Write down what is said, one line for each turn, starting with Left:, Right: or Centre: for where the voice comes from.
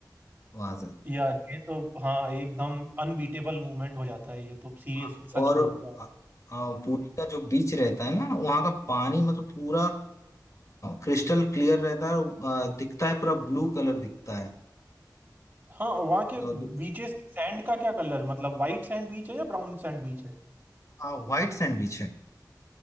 Left: वहां से
Right: यार ये तो हाँ एकदम अनबीटेबल मूवमेंट हो जाता है ये तो सीरियसली
Left: हाँ,
Right: सच
Left: और
Right: बोल रहे हो
Left: आ, आ, पुरी का जो बीच रहता है ना वहाँ का पानी मतलब पूरा क्रिस्टल क्लियर रहता है और, आ, दिखता है पूरा ब्लू कलर दिखता है
Right: हाँ और वहाँ के
Left: मतलब
Right: बीचेस की सैंड का क्या कलर मतलब वाइट सैंड बीच है या ब्राउन सैंड बीच है
Left: हाँ व्हाइट सैंडविच है